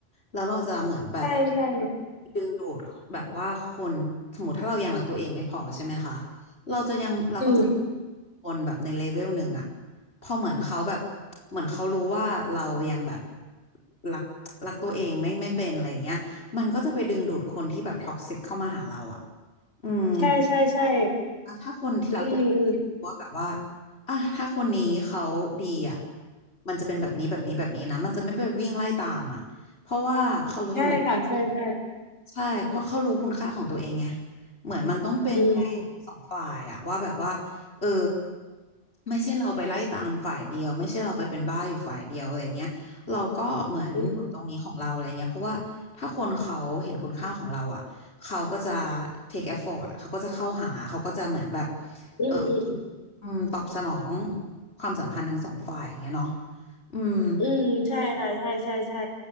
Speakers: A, on the left; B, on the left.
A: แล้วเราจะเหมือนแบบ
B: ใช่ใช่
A: ดึงดูดแบบว่าคนสมมติถ้าเรายังรักตัวเองไม่พอใช่ไหมคะเราจะยังเราก็จะ
B: อืม
A: คนแบบในเลเวลหนึ่งอะพอเหมือนเขาแบบเหมือนเขารู้ว่าเรายังแบบรักรักตัวเองไม่ไม่เป็นอะไรอย่างเงี้ยมันก็จะไปดึงดูดคนที่แบบท็อกซิกเข้ามาหาเราอะอืม
B: ใช่ใช่ใช่
A: ถ้าคนที่รักตัวเอง
B: อืมอืม
A: ว่าแบบว่าอ่ะถ้าคนนี้เขาดีอ่ะมันจะเป็นแบบนี้แบบนี้แบบนี้นะมันจะไม่ไปวิ่งไล่ตามอ่ะเพราะว่าเขารู้อยู่แล้ว
B: ใช่ค่ะใช่ใช่
A: ใช่เพราะเขารู้คุณค่าของตัวเองไงเหมือนมันต้องเป็นไป
B: อืม
A: สองฝ่ายอะว่าแบบว่าเออไม่ใช่เราไปไล่ตามฝ่ายเดียวไม่ใช่เราไปเป็นบ้าอยู่ฝ่ายเดียวอะไรเงี้ยเราก็เหมือนอยู่ตรงนี้ของเราอะไรเงี้ยเพราะว่าถ้าคนเขาเห็นคุณค่าของเราอะ
B: อืม
A: เขาก็จะ take effort อะเขาก็จะเข้าหา เขาก็จะเหมือนแบบ
B: อืม
A: เอออืมตอบสนองความสัมพันธ์ทั้งสองฝ่ายอย่างเงี้ยเนาะอืม
B: อืมใช่ค่ะใช่ใช่ใช่